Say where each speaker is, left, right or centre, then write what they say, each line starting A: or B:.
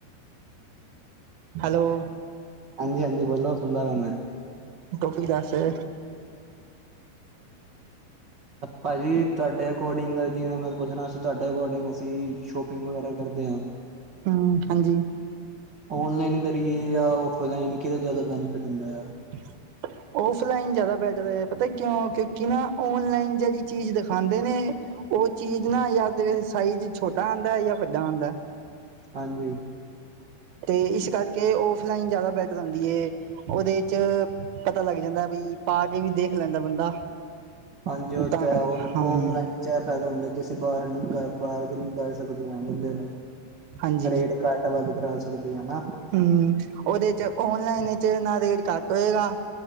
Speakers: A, on the right; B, on the right.
A: ਹੈਲੋ।
B: ਹਾਂਜੀ ਹਾਂਜੀ ਬੋਲੋ ਸੁਣਦਾ ਪਿਆ ਮੈਂ
A: ਟੋਪਿਕ ਦੱਸ ਅ
B: ਭਾਜੀ ਤੁਹਾਡੇ ਅਕੋਰਡਿੰਗ ਜਿਵੇਂ ਮੈਂ ਪੁੱਛਣਾ ਅ ਤੁਹਾਡੇ ਅਕੋਰਡਿੰਗ ਅਸੀਂ ਸ਼ੋਪਿੰਗ ਵਗੈਰਾ ਕਰਦੇ ਹਾਂ
A: ਹਮ ਹਾਂਜੀ।
B: ਔਨਲਾਈਨ ਕਰੀਏ ਜਾਂ ਔਫਲਾਈਨ ਕਿਹਦਾ ਜ਼ਿਆਦਾ ਬੈਨੀਫਿਟ ਹੁੰਦਾ ਆ।
A: <inaudible> ਓਫਲਾਈਨ ਜ਼ਿਆਦਾ ਬੈਟਰ ਏ ਪਤਾ ਕਿਉਂ ਕਿਉਂਕਿ ਨਾ ਓਨਲਾਈਨ ਜਿਹੜੀ ਚੀਜ਼ ਦਿਖਾਂਦੇ ਨੇ ਉਹ ਚੀਜ਼ ਨਾ ਯਾ ਤੇ ਸਾਈਜ਼ ਛੋਟਾ ਆਂਦਾ ਜਾਂ ਵੱਡਾ ਆਂਦਾ।
B: ਹਾਂਜੀ।
A: ਤੇ ਇਸ ਕਰਕੇ ਓਫਲਾਈਨ ਜ਼ਿਆਦਾ ਬਿਹਤਰ ਹੁੰਂਦੀ ਏ। ਉਹਦੇ ਚ ਪਤਾ ਲੱਗ ਜਾਂਦਾ ਬਈ ਪਾ ਕੇ ਵੀ ਦੇਖ ਲੈਂਦਾ ਬੰਦਾ
B: ਹਾਂਜੀ ਉਹ
A: ਤਾਂ
B: ਤੇ
A: ਕਦੇ
B: ਹੇ ਹੁਣ
A: ਹਮ
B: ਓਫਲਾਈਨ ਓਦੋ ਚ ਇਹ ਫਾਇਦਾ ਹੁੰਦਾ ਕਿ ਅਸੀਂ ਬਾਰਨਿੰਗ ਬਾਰਨਿੰਗ ਕਰ ਸਕਦੇ ਹ ਬੰਦੇ ਨਾਲ-
A: ਹਾਂਜੀ
B: ਰੇਟ ਘਟ ਵੱਧ ਕਰਾ ਸਕਦੇ ਹਨਾ।
A: ਹਮ ਉਹਦੇ ਚ ਓਨਲਾਈਨ ਚ ਨਾ ਰੇਟ ਘੱਟ ਹੋਏਗਾ